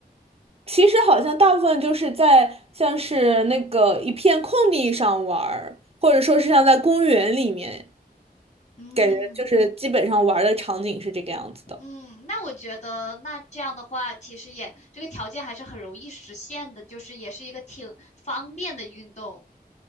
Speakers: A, on the right; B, on the left.
A: 其实好像大部分就是在像是那个一片空地上玩儿，或者说是像在公园里面，
B: 嗯
A: 感觉就是基本上玩儿的场景是这个样子的。
B: 嗯，那我觉得那这样的话，其实也这个条件还是很容易实现的，就是也是一个挺方便的运动。